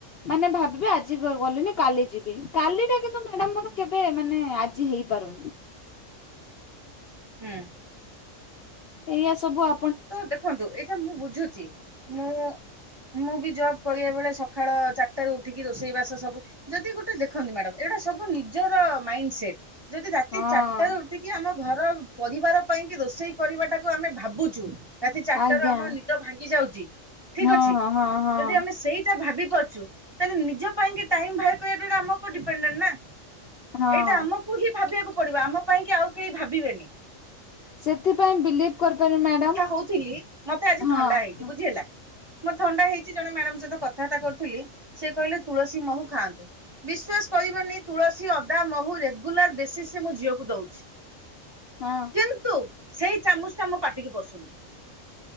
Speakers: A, on the left (about 55°); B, on the right (about 20°).
A: ମାନେ ଭାବିବେ ଆ ଆଜି ଗ ଗଲିନି କାଲି ଯିବି କାଲିଟା କିନ୍ତୁ ମ୍ୟାଡାମ ମୋର
B: ହୁଁ
A: କେବେ ମାନେ ଆ ଜି ହେଇପାରୁନି।
B: ହୁଁ।
A: ଏଇଆ ସବୁ ଆ
B: ତ ଦେଖନ୍ତୁ ଏଇଟା ମୁଁ ବୁଝୁଛି ମୁଁ ମୁଁ ବି ଜବ କରିବା ବେଳେ ସକାଳ ଚାରିଟାରୁ ଉଠିକି ରୋଷେଇ ବାସ ସବୁ ଯଦି ଗୋଟେ ଦେଖନ୍ତୁ। ମ୍ୟାଡମ ଏଇଟା ସବୁ ନିଜର ମାଇଣ୍ଡ ସେଟ ଯଦି ରାତି
A: ହଁ
B: ଚାରିଟ ର ଉଠିକି ଆମ ଘର ପରିବାର ପାଇଁ କି ରୋଷେଇ କରିବା ଟାକୁ ଆମେ ଭାବୁଚୁ ରାତି ଚାରିଟାରୁ
A: ଆଜ୍ଞା
B: ଆମର ନିଦ ଭାଙ୍ଗି ଯାଉଚି ଠିକ
A: ହଁ
B: ଅଛି।
A: ହଁ ହଁ ହଁ
B: ଯଦି ଆମେ ସେଇ ଭାବି ପାରୁଛୁ ତାହେଲେ ନିଜ ପାଇଁ କି ଟାଇମ ବାହାର କରିବା ଆମ ଉପ ଡିପେନଡେଡ ନା
A: ହଁ।
B: ଏଇଟା ଆମକୁ ହିଁ ଭାବିବାକୁ ପଡିବା ଆମ ପାଇଁ କି ଆଉ କେହି ଭାବିବେନି।
A: ସେଥିପାଇଁ ବିଲିଭ କରିପାରିବି ମ୍ୟାଡାମ
B: ଭାବୁଥିଲ ମତେ ଆଜି ଥଣ୍ଡା
A: ହଁ
B: ହେଇଛି
A: ହଁ
B: ବୁଝି ହେଲା ମତେ ଥଣ୍ଡା ହେଇଚି ମ୳୲ଡାମ ସହିତ କଥାବାର୍ତା କରୁଥିଲି। ସେ କହିଲେ ତୁଳସୀ ମହୁ ଖାଆନ୍ତୁ। ବିଶ୍ଵାସ କରିବେନି ତୁଳସୀ ଅଦା ମହୁ ରେଗୁଲାର ବେସିଶ ମୋ ଝିଅକୁ ଦଉଛି।
A: ହଁ।
B: କିନ୍ତୁ ସେଇ ଚାମୁଚ ଟା ମୁଁ ପାାଟିକି ପସ